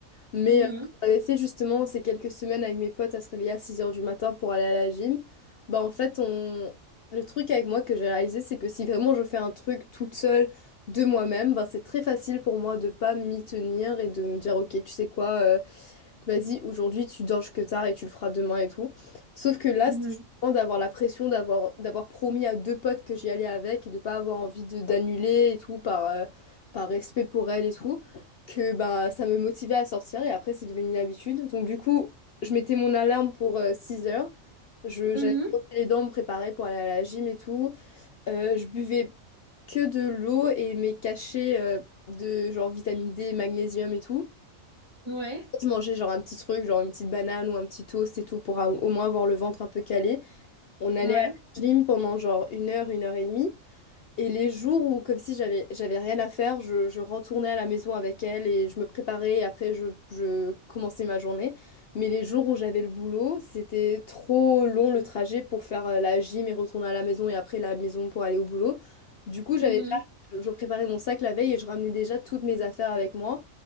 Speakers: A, on the left (about 60°); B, on the right (about 20°).
A: Mais
B: Mhm,
A: euh, quand j'avais fait justement ces quelques semaines avec mes potes à se réveiller à 6 heures du matin pour aller à la gym, bah en fait, on... le truc avec moi que j'ai réalisé, c'est que si vraiment je fais un truc toute seule de moi-même, bah c'est très facile pour moi de pas m'y tenir et de me dire, ok, tu sais quoi, euh, vas-y, aujourd'hui tu dors que tard et tu le feras demain et tout. Sauf que là,
B: mhm,
A: c'était justement d'avoir la pression d'avoir d'avoir promis à deux potes que j'y allais avec et de pas avoir envie de d'annuler et tout par, euh, par respect pour elles et tout que bah ça me motivait à sortir et après c'est devenu une habitude. Donc du coup, je mettais mon alarme pour euh, 6 heures. Je,
B: mhm.
A: j'allais me brosser les dents, me préparer pour aller à la gym et tout. Euh, je buvais que de l'eau et mes cachets euh, de genre vitamine D, magnésium et tout.
B: Ouais,
A: Je mangeais genre un petit truc, genre une petite banane ou un petit toast et tout pour a- au moins avoir le ventre un peu calé. On allait
B: ouais.
A: à la gym pendant genre une heure, une heure et demie. Et les jours où, comme si j'avais j'avais rien à faire, je, je retournais à la maison avec elle et je me préparais et après je, je commençais ma journée. Mais les jours où j'avais le boulot, c'était trop long le trajet pour faire euh, la gym et retourner à la maison et après la maison pour aller au boulot. Du coup, j'avais
B: Mhm,
A: déjà, je je préparais mon sac la veille et je ramenais déjà toutes mes affaires avec moi.